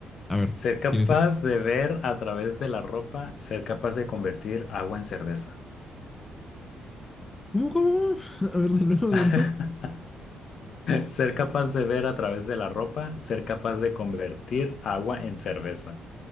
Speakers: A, on the left (about 20°); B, on the left (about 55°).
A: A ver,
B: Ser capaz
A: ¿tienes
B: de ver a través de la ropa, ser capaz de convertir agua en cerveza.
A: ¿Cómo, cómo? cómo? <laughs> A ver, de nuevo,
B: <laughs>
A: de nuevo.
B: Ser capaz de ver a través de la ropa, ser capaz de convertir agua en cerveza.